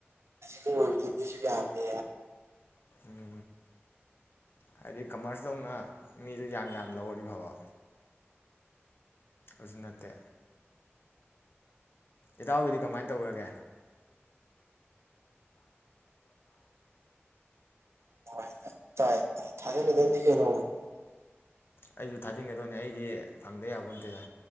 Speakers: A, on the right; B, on the left.
A: ꯀꯜꯂ ꯒꯤꯗꯤ ꯌꯥꯗꯦ
B: ꯎ ꯍꯥꯏꯗꯤ ꯀꯝꯃꯤꯁꯦ ꯇꯧꯅ ꯃꯤꯗꯨ ꯌꯥꯝ ꯂꯧꯔꯗꯤ ꯗꯕ ꯑꯗꯨꯁꯨ ꯅꯠꯇꯦ ꯏꯇꯧ ꯒꯤ ꯗꯤ ꯀꯃꯥꯏ ꯇꯧꯒꯔꯦ
A: <unintelligible>
B: ꯑꯩ ꯁꯨ ꯊꯖꯤꯟꯗꯣꯅꯤ ꯑꯩ ꯗꯤ ꯗꯥꯪꯗ ꯌꯥꯕꯣꯅꯠꯇꯦꯗꯥ